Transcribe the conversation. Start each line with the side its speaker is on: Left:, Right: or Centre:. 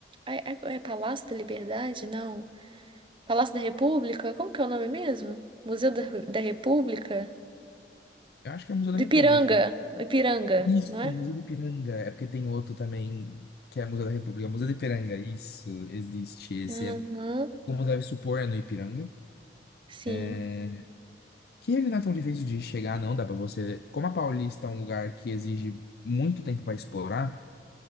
Right: É, é- é Palácio da Liberdade? Não. Palácio da República? Como que é o nome mesmo? Museu da, da República?
Left: Eu acho que é o Museu
Right: Do
Left: da República.
Right: Ipiranga. Ipiranga,
Left: Isso,
Right: não é?
Left: Museu do Ipiranga. É porque tem outro também, que é Museu da República. Museu do Ipiranga, isso, existe. Esse
Right: Uhum,
Left: é, como deve supor, é no Ipiranga.
Right: sim.
Left: É, Que ele não é tão difícil de chegar, não. Dá pra você. Como a Paulista é um lugar que exige muito tempo pra explorar,